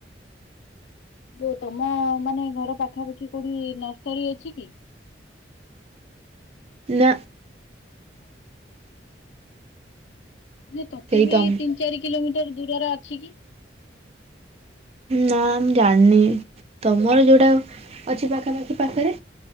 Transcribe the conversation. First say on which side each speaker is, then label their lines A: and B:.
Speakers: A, on the left (about 75°); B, on the right (about 35°).
A: ଜୋଉ ତମ ମାନେ ଘର ପାଖାପାଖି କୋଉଠି ନର୍ସରୀ ଅଛି କି?
B: ନା।
A: ମାନେ ତଥାପି
B: ସେଇ ତମ
A: ଏଇ ତିନି ଚାରି କିଲୋମିଟର ଦୂରରେ ଅଛି କି?
B: ନା, ମୁଁ ଜାଣିନି ତମର ଯୋଉଟା ଅଛି ପାଖାପାଖି ପାଖରେ।